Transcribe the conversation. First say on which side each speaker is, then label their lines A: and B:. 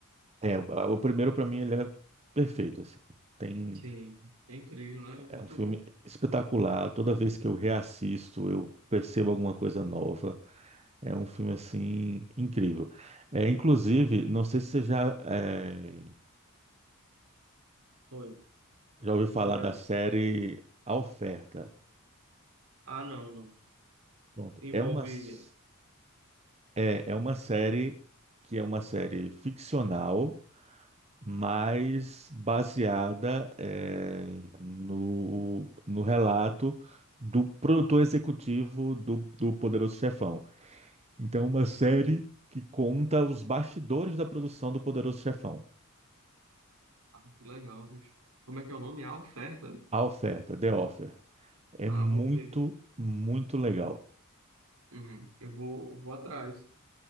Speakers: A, on the right; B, on the right.
A: É, o primeiro, para mim, ele é perfeito, assim. Tem
B: Sim, é incrível, né? Muito
A: É um filme
B: bom.
A: espetacular. Toda vez que eu reassisto, eu percebo alguma coisa nova. É um filme assim incrível. É, inclusive, não sei se você já é,
B: Foi.
A: já ouviu falar
B: Você já.
A: da série A Oferta.
B: Ah, não, não.
A: Pronto.
B: Envolve.
A: É uma s- é, é uma série que é uma série ficcional, mas baseada é, no no relato do produtor executivo do, do Poderoso Chefão. Então, é uma série que conta os bastidores da produção do Poderoso Chefão.
B: Ah, que legal, bicho. Como é que é o nome? A oferta?
A: A oferta, The Offer, é
B: Ah,
A: muito,
B: vou ver.
A: muito legal.
B: Uhum. Eu vou, vou atrás.